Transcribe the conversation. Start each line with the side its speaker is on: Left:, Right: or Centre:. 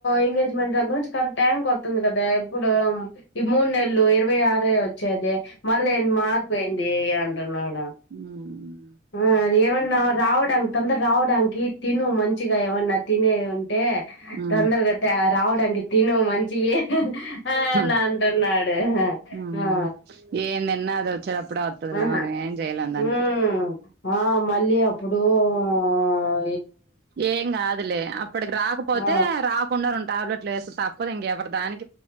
Left: ఎంగేజ్మెంట్ దగ్గర నుంచి కరెక్ట్ ట వతుంది కదా ఎప్పుడ్ తొడం ఈ మునేళ్ళు ఇరవై ఆరే ఒత్ చ్చేది మళ్ళీ ఏంది మారిపోయింది అంటున్నాడు.
Right: ఉహ్మ్
Left: ఆ ఎవనో రావడంగ్ తొందర రావడానికి తిను మంచిగా ఏమన్నా తినేద్ ఉంటే
Right: ఉమ్
Left: తొందరగాతే రావడానికి తిను మంచి యే ఆ
Right: హ
Left: నంటన్నాడు.
Right: ఉమ్
Left: ఆ
Right: ఏం తిన్నా అది వచ్చేటప్పుడే వత్తదిలే
Left: ఆహా
Right: మనం ఏం చేయలేం దానికి
Left: ఉమ్ ఆ మళ్ళీ అప్పుడు ఉ
Right: ఏం గాదులే అప్పటికి రాకపోతే
Left: ఆ
Right: రాకుండా రొండ్ టాబ్లెట్ ఏస్తే తప్పదు. ఇంగా ఎవరు దానిక్